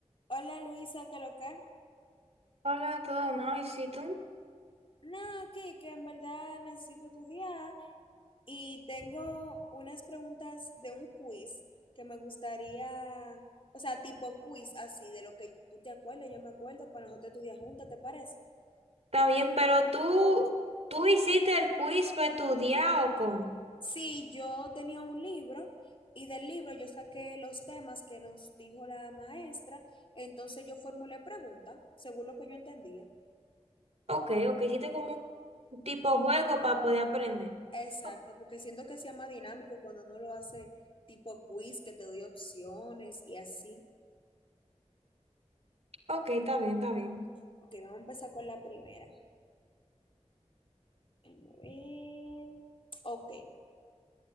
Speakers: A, on the left (about 45°); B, on the right (about 60°).
A: Hola Luisa, ¿qué lo que?
B: Hola, todo nice. ¿Y si tú?
A: No, que que en verdad necesito tu día y tengo unas preguntas de un quiz que me gustaría, o sea, tipo quiz así, de lo que tú te acuerdas, yo me acuerdo, para nosotros estudiar juntas, ¿te parece?
B: Está bien, pero tú, tú hiciste el quiz para estudiar o cómo?
A: Sí, yo tenía un libro y del libro yo saqué los temas que nos dijo la maestra, entonces yo formulé preguntas según lo que yo entendía.
B: Ok, ok, hiciste como un tipo juego para poder aprender.
A: Exacto,
B: O-
A: porque siento que sea más dinámico cuando uno lo hace tipo quiz, que te doy opciones y así.
B: Ok, está bien, está bien.
A: Ok, vamos a empezar con la primera. Déjame ver. Ok,